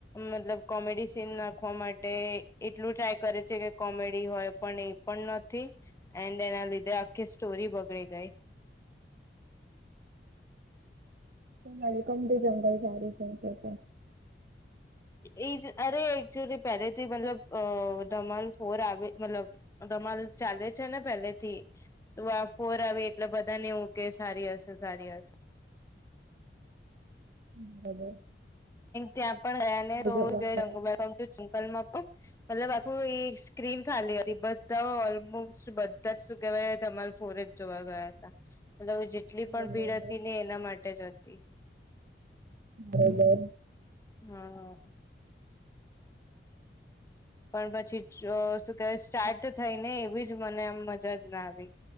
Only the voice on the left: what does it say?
મતલબ કોમેડી સીન નાખવા માટે એટલું ટ્રાય કરે છે કે કોમેડી હોય પણ એ પણ નથી એન્ડ એના લીધે આખી સ્ટોરી બગડી ગઈ
એ જ અરે એકચુલી પહેલેથી મતલબ અ ધમાલ ફોર આવે મતલબ તમામાલ ચાલે છે ને પેલે થી તું આ ફોર આવી એટલે બધાનેવું કે સારી હશે સારી હશે.
ત્યાં પણયા ને તો.
અકલમાં પણ મતલબ આખું સ્ક્રીન ખાલી હતી બધા. બધા જ શું કેવાય તમારે ફોરેજ જોવા ગયા હતા. મલ જેટલી પણ
ભીડ હતી ને એના માટેજ હતી.
હા. પણ પછી શું કે સ્ટાર્ટ થઈ ને એવી જ મને આમ મજા જ ના આવી.